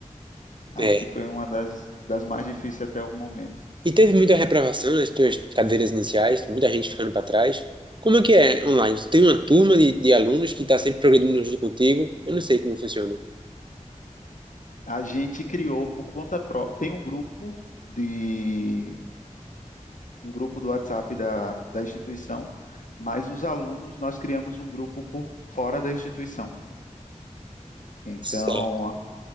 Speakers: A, on the left; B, on the right.
A: Acho
B: É.
A: que foi uma das, das mais difíceis até o momento.
B: E teve muita reprovação nas tuas cadeiras iniciais, muita gente ficando para trás. Como é que é online? Tu tem uma turma de, de alunos que está sempre progredindo junto contigo? Eu não sei como funciona.
A: A gente criou por conta própria. Tem um grupo de um grupo do WhatsApp da, da instituição, mas os alunos nós criamos um grupo por fora da instituição. Então
B: Certo.
A: a